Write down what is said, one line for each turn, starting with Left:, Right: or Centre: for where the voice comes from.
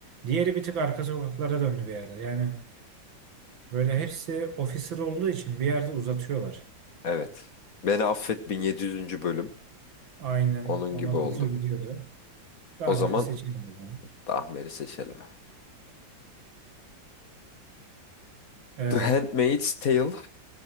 Right: Diğeri bir tık arka sokaklara döndü bir yerde. Yani Böyle hepsi officer olduğu için bir yerde uzatıyorlar.
Left: Evet. Beni affet 1700. bölüm
Right: Aynen
Left: onun
Right: ona
Left: gibi oldu.
Right: doğru gidiyordu. Dahmer'i
Left: O zaman
Right: seçemedim. ben.
Left: Dahmer'i seçelim.
Right: Ee,
Left: The Handmaid's Tale,